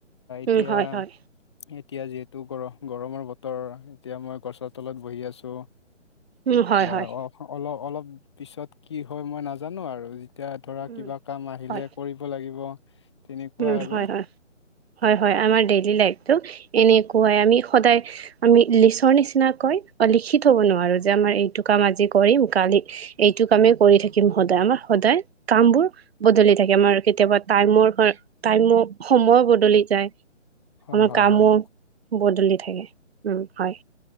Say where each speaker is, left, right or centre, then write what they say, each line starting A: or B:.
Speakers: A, on the left; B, on the right.
A: এতিয়া,
B: উম হয় হয়
A: এ এতিয়া যিহেতু গৰ-গৰমৰ বতৰ এতিয়া মই গছৰ তলত বহি আছোঁ
B: উম হয়
A: বা
B: হয়
A: অ-অলপ অলপ পিছত কি হয় মই নাজানো আৰু এতিয়া ধৰা
B: উম
A: কিবা কাম আহিলে
B: হয়
A: কৰিব লাগিব। তেনেকুৱা
B: উম
A: আৰু।
B: হয় হয় হয় হয় আমাৰ ডেইলি লি লাইফটো এনেকুৱাই আমি সদায় আমি লিচৰ নিচিনা কয় লিখি থ'ব নোৱাৰো। আৰু যে আমাৰ এইটো কাম আজি কৰিম কালি এইটো কামেই কৰি থাকিম সদায় আমাৰ সদায় কামবোৰ বদলি থাকে আমাৰ কেতিয়াবা টাইমৰ টাইমো সময় বদলি যায়
A: হয়
B: আমাৰ
A: হয়
B: কামো
A: হয়
B: বদলি থাকে। উম, হয়।